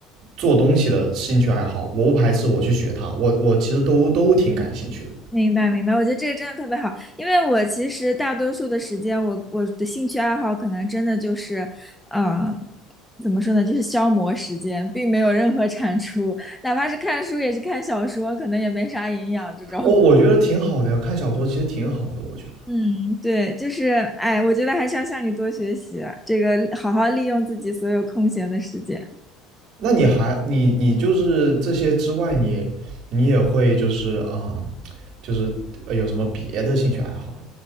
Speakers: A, on the right; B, in the centre.
A: 做东西的兴趣爱好，我不排斥我去学它，我我其实都都挺感兴趣的。
B: 明白明白，我觉得这个真的特别好，因为我其实大多数的时间，我我的兴趣爱好可能真的就是，嗯、怎么说呢，就是消磨时间，并没有任何产出，<laughs> 哪怕是看书也是看小说，可能也没啥营养这种。
A: 哦，我觉得挺好的呀，看小说其实挺好的，我觉得。
B: 嗯，对，就是，哎，我觉得还是要向你多学习啊，这个好好利用自己所有空闲的时间。
A: 那你还你你就是这些之外你，你也会就是啊、就是呃有什么别的兴趣爱好吗